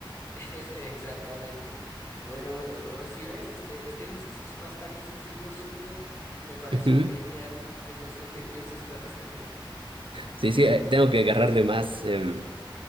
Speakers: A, on the left; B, on the right.
A: <laughs> Exactamente. Bueno, bueno, no, si ves, este, este ejercicio es bastante sencillo, súper, me pareció
B: Ujú.
A: genial. Te- No sé qué piensas tú al respecto.
B: Sí, sí, eh, tengo que agarrarle más, em,